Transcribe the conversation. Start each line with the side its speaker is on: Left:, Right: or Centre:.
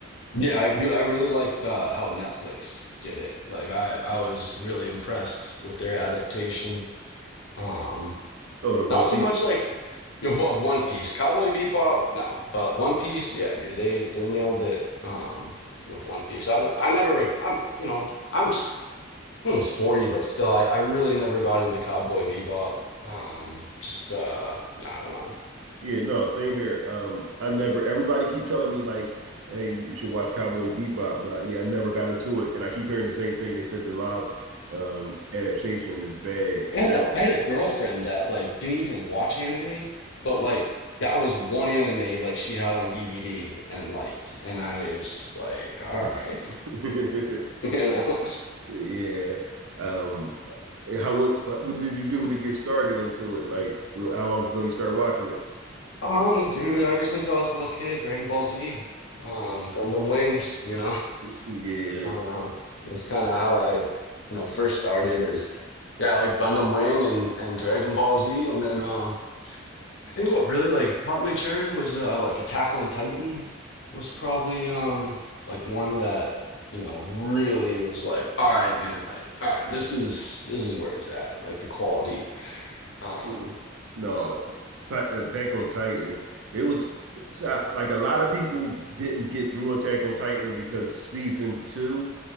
Left: Yeah, I dude, I really liked uh how Netflix did it. Like I I was really impressed with their adaptation. Um
Right: Oh, the One
Left: not so
Right: Piece
Left: much like you know, what One Piece, Cowboy Bebop, no, but One Piece, yeah, dude, they they nailed it um with One Piece. I've I never I'm you know, I'm s- almost 40, but still I I really never got into Cowboy Bebop. Um just uh I don't know.
Right: Yeah, no, same here. Um, I never. Everybody keep telling me like, "Hey, you should watch Cowboy Bebop," but I, yeah, I never got into it, and I keep hearing the same thing. They said the live um, adaptation is bad.
Left: I
Right: They
Left: had a
Right: don't.
Left: I had a girlfriend that like didn't even watch anime, but like that was one anime like she had on DVD and liked, and I was just like, all
Right: <laughs>
Left: right, <laughs> you know.
Right: Yeah. Um, eh, how what what did you do to get started into it? Like, how long ago you started watching it?
Left: Um, dude, ever since I was a little kid, Dragon Ball Z, um, Gundam Wing, you know,
Right: Mm, Yeah.
Left: um, that's kind of how I, you know, first started is, yeah, like Gundam Wing and and Dragon Ball Z, and then um. I think what really like popped my cherry was uh like Attack on Titan was probably um like one that you know really was like all right man like all right this is this is where it's at like the quality um
Right: it- no, Attack on Titan. It was so, like a lot of people didn't get through Attack on Titan because season two,